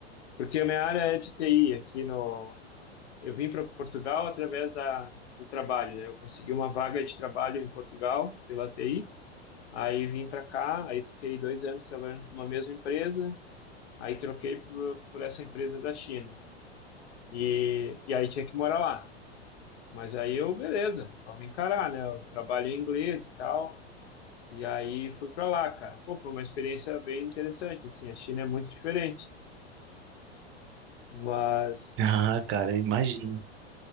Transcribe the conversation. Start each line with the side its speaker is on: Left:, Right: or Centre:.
Left: porque a minha área é de TI aqui no. Eu vim para Portugal através da, do trabalho, né? Eu consegui uma vaga de trabalho em Portugal pela TI. Aí vim para cá, aí fiquei dois anos trabalhando numa mesma empresa, aí troquei por, por essa empresa da China. E, e aí tinha que morar lá. Mas aí eu, beleza, vamos encarar, né? Eu trabalho em inglês e tal. E aí fui para lá, cara. Pô, foi uma experiência bem interessante, assim. A China é muito diferente. Mas,
Right: Ah, cara, eu imagino.